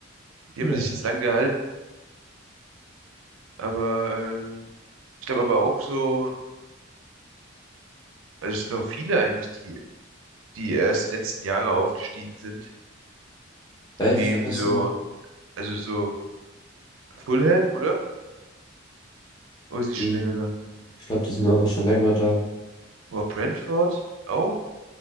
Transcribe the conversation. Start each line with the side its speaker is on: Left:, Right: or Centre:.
Right: Die
Left: Ja.
Right: haben sich jetzt lang gehalten, aber äh, ich glaube aber auch so, also es sind doch viele eigentlich, die, die erst die letzten Jahre aufgestiegen sind.
Left: Echt,
Right: Wie,
Left: findest
Right: wie so,
Left: du?
Right: also so Fulham, oder? Oder ist die schon
Left: Hm,
Right: länger da?
Left: Ich glaube, die sind aber schon länger da.
Right: Oder Brentford auch?